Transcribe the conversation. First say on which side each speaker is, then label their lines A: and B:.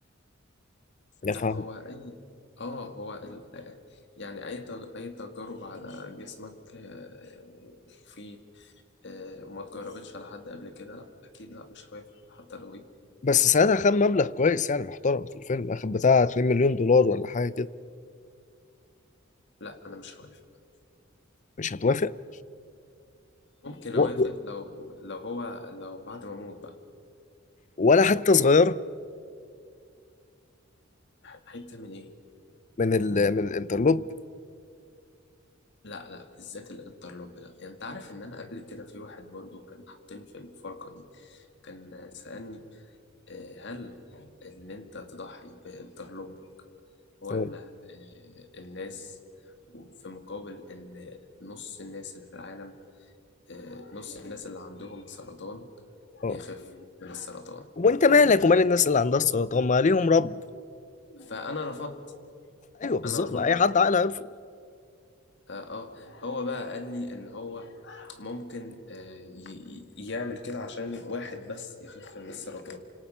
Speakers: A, on the left (about 40°); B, on the left (about 60°).
A: يا فاهم
B: لا هو أي آه هو ال... يعني أي تج... أي تجارب على جسمك آه، وفي آه، وما اتجربتش على حد قبل كده لا أكيد لا مش هوافق حتى لو إيه
A: بس ساعتها خد مبلغ كويس يعني محترم في الفيلم اخد بتاع 2 مليون دولار ولا حاجه كده
B: لا أنا مش هوافق
A: مش هتوافق
B: ممكن
A: و...
B: أوافق
A: و...
B: لو لو هو لو بعد ما أموت بقى
A: ولا حتى صغيرة
B: ح- حتة من إيه
A: من ال... من الانترلوب
B: لا لا بالذات الانترلوب لا يعني أنت عارف إن أنا قبل كده في واحد برضو كان حاطني في المفارقة دي كان سألني آه، هل إن أنت تضحي بانترلوب ولا
A: اه
B: ال- الناس وفي مقابل إن نص الناس اللي في العالم آه، نص الناس اللي عندهم سرطان
A: اه
B: يخفوا من السرطان
A: وانت مالك ومال الناس اللي عندها السرطان ما ليهم رب
B: فأنا رفضت
A: ايوه بالظبط
B: أنا رفضت
A: ما اي حد عاقل هيرفض
B: آه, آه هو بقى قال لي إن هو ممكن آه ي- ي- يعمل كده عشان واحد بس يخف من السرطان